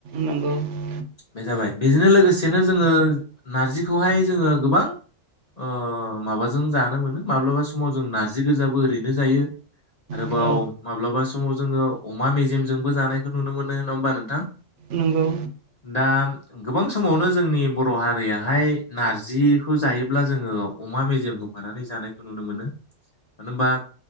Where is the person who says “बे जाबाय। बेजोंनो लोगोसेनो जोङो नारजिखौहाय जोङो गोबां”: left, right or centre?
Left